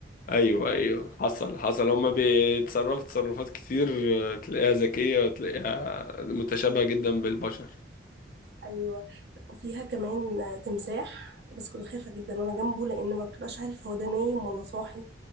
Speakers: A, on the left; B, on the right.
A: ايوه ايوه حصل حصل هما بيتصرفوا تصرفات كتير آه، تلاقيها ذكية وتلاقيها متشابهة جدا بالبشر
B: ايوه وفيها كمان تمساح بس كنت خايفه جدا وانا جنبه لان ما بتبقاش عارف هو ده نايم ولا صاحي